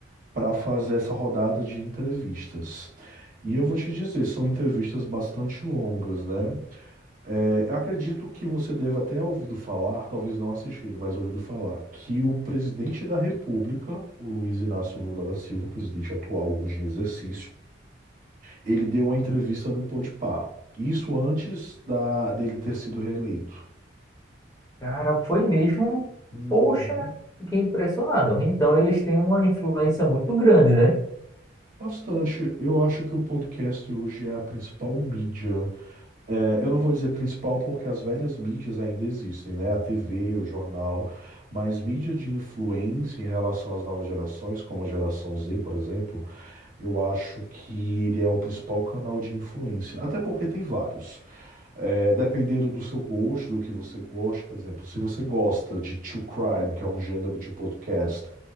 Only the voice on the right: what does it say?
para fazer essa rodada de entrevistas. E eu vou te dizer, são entrevistas bastante longas, né? É, eu acredito que você deva até ouvido falar, talvez não assistido, mas ouvido falar, que o presidente da República, o Luiz Inácio Lula da Silva, presidente atual hoje em exercício, ele deu uma entrevista no Podpah. Isso antes da- dele ter sido reeleito.
Uhum.
Bastante. Eu acho que o podcast hoje é a principal mídia É, eu não vou dizer principal porque as velhas mídias ainda existem, né? A TV, o jornal, mas mídia de influência em relação às novas gerações, como a geração Z, por exemplo, eu acho que ele é o principal canal de influência. Até porque tem vários. É, dependendo do seu gosto, do que você gosta, por exemplo, se você gosta de true crime, que é um gênero de podcast,